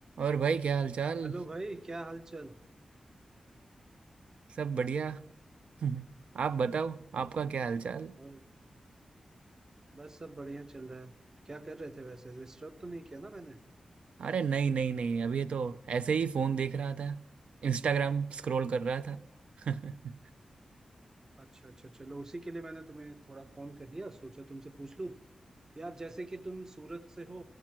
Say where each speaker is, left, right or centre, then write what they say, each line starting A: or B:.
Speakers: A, on the right; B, on the right.
A: और भाई क्या हालचाल
B: Hello भाई क्या हाल चाल
A: सब बढ़िया <laughs> आप बताओ आपका क्या हालचाल
B: और बस सब बढ़िया चल रहा है क्या कर रहे थे वैसे डिस्टर्ब तो नहीं किया ना मैंने
A: अरे नहीं नहीं नहीं अभी तो ऐसे ही फोन देख रहा था इंस्टाग्राम स्क्रॉल कर रहा था <laughs> हम्म,
B: अच्छा अच्छा अच्छा, चलो उसी के लिए मैंने तुम्हें थोड़ा फोन कर लिया सोचा तुमसे पूछ लूं यार जैसे कि तुम सूरत से हो